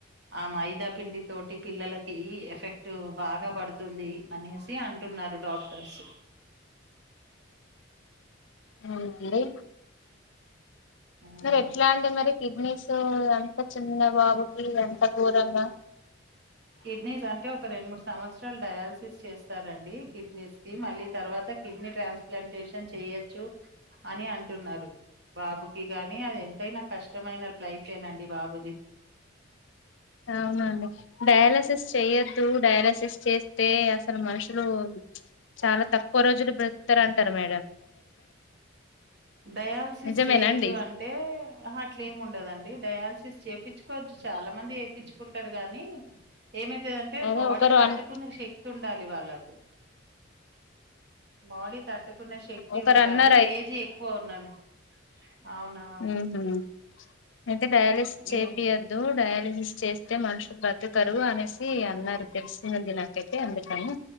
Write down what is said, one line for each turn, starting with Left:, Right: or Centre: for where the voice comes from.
Right: ఆ మైదా పిండి తోటి పిల్లలకి ఎఫెక్ట్ బాగా పడుతుంది అనేసి అంటున్నారు డాక్టర్స్
Left: అవునండి
Right: ఉమ్,
Left: మరి ఎట్లా అండి మరి కిడ్నీస్ అంత చిన్న బాబుకి ఎంత గోరంగా
Right: కిడ్నీస్ అంటే ఒక రెండు మూడు సంవత్సరాలు డయాలిసిస్ చేస్తారండి కిడ్నీస్ కి మళ్ళీ తర్వాత కిడ్నీ ట్రాన్స్ప్లాంటేషన్ చెయొచ్చు అని అంటున్నారు బాబుకి కానీ అది ఎంతైనా కష్టమైన లైఫేనండి బాబుది
Left: అవునండి డయాలసిస్ చెయొద్దు డయాలసిస్ చేస్తే అసలు మనుషులు చాలా తక్కువ రోజులు బతుకుతారు అంటారు మేడ
Right: డయాలసిస్
Left: నిజమేనా
Right: చేయొద్దు
Left: అండి
Right: అంటే అట్ల ఏమి ఉండదండి డయాలసిస్ చేపిచ్చుకోవచ్చు చాలా మంది చేపిచ్చుకుంటారు గానీ ఏమైతదంటే
Left: అదే
Right: బాడీ
Left: ఒకరు
Right: తట్టుకునే
Left: అన్
Right: శక్తి ఉం <unintelligible> వాళ్ళకూ బాడీ తట్టు శక్తి
Left: ఒకరు
Right: ఉండాలి
Left: అన్నారు
Right: ఏజ్ ఎక్కువ ఉన్నాను అవునా
Left: ఉహుం ఐతే డైయాల చేపియద్దు
Right: ఏ
Left: డయాలిసిస్ చేస్తే మనుషులు బ్రతుకరు అనేసి అన్నారు తెలిసినది నాకైతే అందుకని